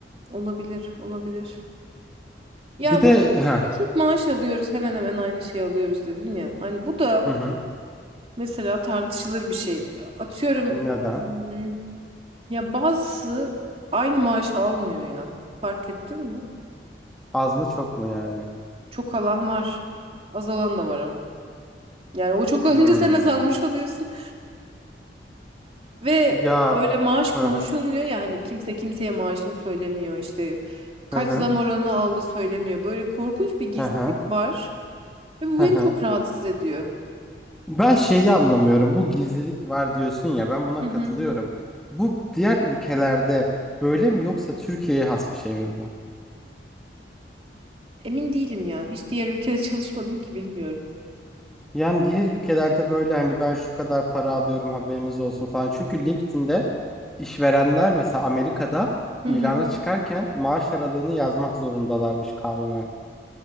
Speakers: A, on the right; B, in the centre.
A: olabilir, olabilir. Ya
B: Bir
A: bu
B: de ha.
A: eşit maaş alıyoruz, hemen hemen aynı şey alıyoruz dedin ya. Hani bu da
B: Hı hı.
A: mesela tartışılır bir şey. Atıyorum
B: Neden?
A: hmm, ya bazısı aynı maaşı almıyor ya. Fark ettin mi?
B: Az mı çok mu yani?
A: Çok alan var. Azalan da var ama. Yani o çok alınca
B: Hmm.
A: sen azalmış oluyorsun. Ve
B: Ya.
A: böyle maaş konuşulmuyor
B: Hı
A: ya hani kimse kimseye maaşını söylemiyor işte kaç
B: hı hı.
A: zam oranı aldı söylemiyor. Böyle korkunç bir gizlilik
B: Hı hı.
A: var ve bu
B: Hı
A: beni
B: hı.
A: çok
B: hı.
A: rahatsız ediyor.
B: Ben şeyi anlamıyorum. Bu gizlilik var diyorsun ya ben buna
A: Hı
B: katılıyorum.
A: hı.
B: Bu diğer ülkelerde böyle mi yoksa Türkiye'ye has bir şey mi bu?
A: Emin değilim ya hiç diğer ülkede <laughs> çalışmadım ki bilmiyorum.
B: Yani diğer ülkelerde böyle hani ben şu kadar para alıyorum haberiniz olsun falan. Çünkü LinkedIn'de işverenler mesela Amerika'da
A: Hı
B: ilana
A: hı.
B: çıkarken maaş aralığını yazmak zorundalarmış kanunen.